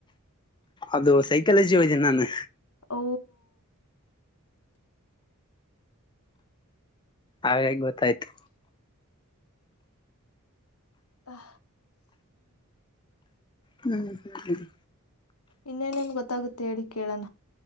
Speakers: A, on the left (about 20°); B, on the left (about 75°).
A: ಅದು ಸೈಕಾಲಜಿ ಓದೀನಿ ನಾನು.
B: ಓ
A: ಹಾಗಾಗಿ ಗೊತ್ತಾಯ್ತು.
B: ಹಾ.
A: ಹ್ಮ್ ಹ್ಮ್ ಹ್ಮ
B: ಇನ್ನೇನೇನು ಗೊತ್ತಾಗುತ್ತೆ ಹೇಳಿ ಕೇಳಣ.